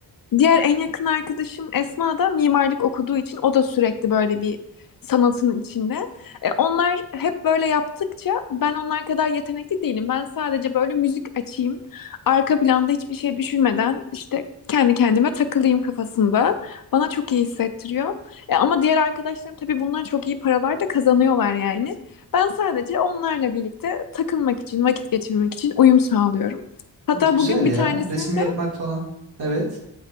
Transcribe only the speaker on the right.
Güzel
ya.
Resim
yapmak falan. Evet.